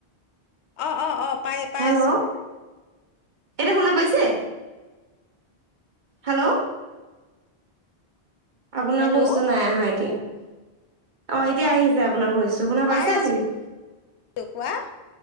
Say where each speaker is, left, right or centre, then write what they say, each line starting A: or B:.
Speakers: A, on the left; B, on the right.
A: অ, অ, অ পাই পাই
B: হেল্ল'
A: আছো।
B: এতিয়া শুনা পাইছে? হেল্ল'। আপোনাৰ
A: হেল্ল'
B: ভইচটো নাই আহা এতিয়া। অ' এতিয়া
A: অ
B: আহি আছে আপোনাৰ ভইচ ত' শুনা পাইছো
A: পাই আছো
B: আপুনি?
A: কোৱা?